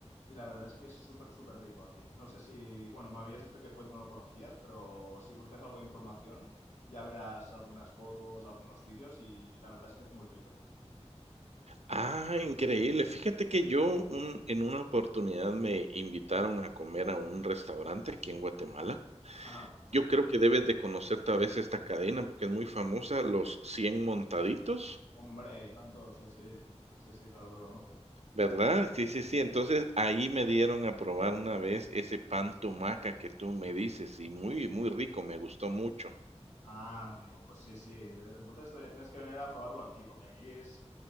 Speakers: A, on the left; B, on the right.
A: Y la verdad es que es súper, súper rico aquí. No sé si, bueno, me habías dicho que Fuet no lo conocías, pero si buscas algo de información, ya verás algunas fotos, algunos vídeos y la verdad es que es muy rico.
B: Ah, increíble. Fíjate que yo un en una oportunidad me invitaron a comer a un restaurante aquí en Guatemala.
A: Ajá.
B: Yo creo que debes de conocer tal vez esta cadena porque es muy famosa, Los cien Montaditos,
A: Hombre, y tanto, sí, sí. Sí, sí, claro que lo conozco.
B: ¿verdad? Sí, sí, sí. Entonces, ahí me dieron a probar una vez ese pan tumaca que tú me dices, y muy, muy rico, me gustó mucho.
A: Ah, amigo, pues sí, sí. Entonces eh, tienes que venir a probarlo aquí, porque aquí es,